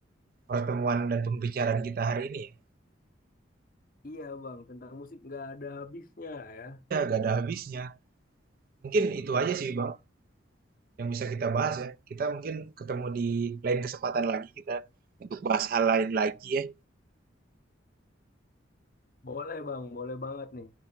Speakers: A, on the right; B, on the left.
A: pertemuan dan pembicaraan kita hari ini ya.
B: Iya bang, tentang musik nggak ada habisnya ya.
A: Ya, gak ada habisnya. Mungkin itu aja sih, Bang, yang bisa kita bahas ya. Kita mungkin ketemu di lain kesempatan lagi kita untuk bahas hal lain lagi ya.
B: Boleh bang, boleh banget nih.